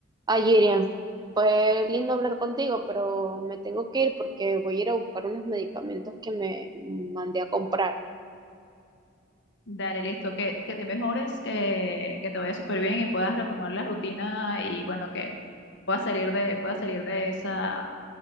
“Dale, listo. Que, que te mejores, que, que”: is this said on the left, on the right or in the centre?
Left